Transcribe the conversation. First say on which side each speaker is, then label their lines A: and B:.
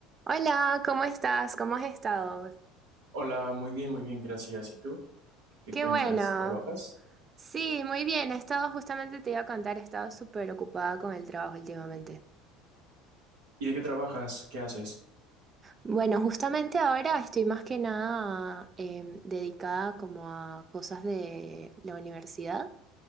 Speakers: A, on the right; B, on the right.
A: Hola, ¿cómo estás? ¿Cómo has estado?
B: Hola, muy bien, muy bien, gracias. ¿Y tú? ¿Qué
A: Qué
B: cuentas?
A: bueno.
B: ¿Trabajas?
A: Sí, muy bien. He estado, justamente te iba a contar, he estado súper ocupada con el trabajo últimamente.
B: ¿Y de qué trabajas? ¿Qué haces?
A: Bueno, justamente ahora estoy más que nada em, dedicada como a cosas de la universidad.